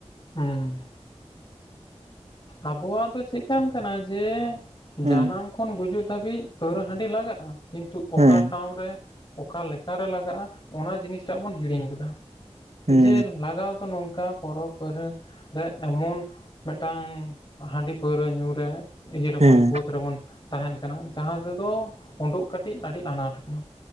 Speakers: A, on the left (about 40°); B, on the right (about 75°).
A: ᱦᱩᱸ᱾ ᱟᱵᱚᱣᱟᱜ ᱫᱚ ᱪᱮᱜᱠᱟᱱ ᱠᱟᱱᱟ ᱡᱮ
B: ᱦᱩᱸ
A: ᱡᱟᱱᱟᱢ ᱠᱷᱚᱱ ᱜᱩᱡᱩᱜ ᱫᱷᱟᱹᱵᱤᱡ ᱯᱟᱹᱣᱨᱟᱹ ᱦᱟᱺᱰᱤ ᱞᱟᱜᱟᱜᱼᱟ, ᱠᱤᱱᱛᱩ ᱚᱠᱟ
B: ᱦᱮᱸ
A: ᱴᱷᱟᱶ ᱨᱮ ᱚᱠᱟ ᱞᱮᱠᱟᱨᱮ ᱞᱟᱜᱟᱜᱼᱟ ᱚᱱᱟ ᱡᱤᱱᱤᱥᱴᱟᱜ ᱵᱚᱱ ᱦᱤᱲᱤᱧ ᱟᱠᱟᱫᱟ ᱾
B: ᱦᱩᱸ
A: ᱡᱮ ᱱᱤᱧ ᱞᱟᱜᱟᱣ ᱫᱟ ᱱᱚᱝᱠᱟ ᱯᱚᱨᱚᱵᱽᱼᱯᱟᱹᱨᱦᱟᱹ ᱨᱮ ᱮᱢᱚᱱ ᱢᱤᱫᱴᱟᱝ ᱦᱟᱺᱰᱤ ᱯᱟᱹᱣᱨᱟᱹ ᱧᱩ ᱨᱮ ᱤᱭᱟᱹ ᱨᱮᱵᱚᱱ
B: ᱦᱮᱸ
A: ᱵᱟᱹᱫᱽ ᱨᱮᱵᱚᱱ ᱛᱟᱦᱮᱱ ᱠᱟᱱᱟ ᱡᱟᱦᱟᱸ ᱛᱮ ᱫᱚ ᱩᱰᱩᱜ ᱠᱟᱹᱴᱤᱡ ᱟᱹᱰᱤ ᱟᱱᱟᱴ ᱠᱟᱱᱟ